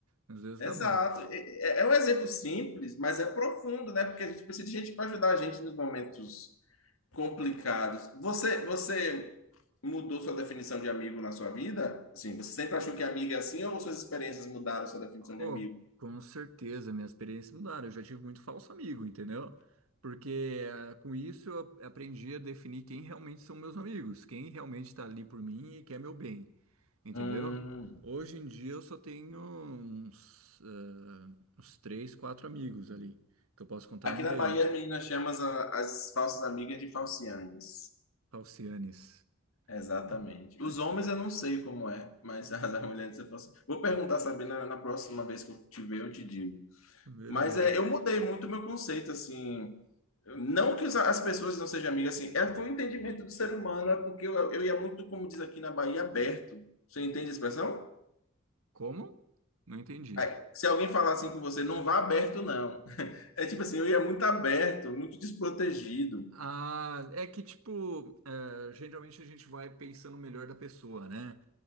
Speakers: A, on the right (about 80°); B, on the left (about 70°).
A: Nos dedos
B: Exato.
A: da mão.
B: É, é um exemplo simples, mas é profundo, né? Porque a gente precisa de gente para ajudar a gente nos momentos complicados. Você, você mudou sua definição de amigo na sua vida? Assim, você sempre achou que amigo é assim ou suas experiências mudaram sua definição
A: Oh,
B: de amigo?
A: com certeza, minhas experiências mudaram. Eu já tive muito falso amigo, entendeu? Porque eh, com isso eu aprendi a definir quem realmente são meus amigos, quem realmente está ali por mim e quer meu bem, entendeu?
B: Hum,
A: Hoje em dia eu só tenho uns, ah, uns três, quatro amigos ali, que eu posso contar
B: Aqui
A: no
B: na
A: dedo.
B: Bahia, as meninas chamam as, as falsas amigas de falciandes.
A: Falcianes.
B: Exatamente.
A: Bom, ai,
B: Os homens eu não sei como é, mas <laughs> as as mulheres eu posso. Vou perguntar, sabe, na, na próxima vez que eu te ver, eu te digo.
A: Beleza.
B: Mas é, eu mudei muito o meu conceito, assim. Não que os- as pessoas não sejam amigas, assim, é foi um entendimento do ser humano, é porque eu, eu ia muito, como diz aqui na Bahia, aberto. Você entende a expressão?
A: Como? Não entendi.
B: Aí, Se alguém falar assim com você, não vá aberto, não. <laughs> É tipo assim, eu ia muito aberto, muito desprotegido.
A: Ah, é que, tipo, eh, geralmente a gente vai pensando melhor da pessoa, né?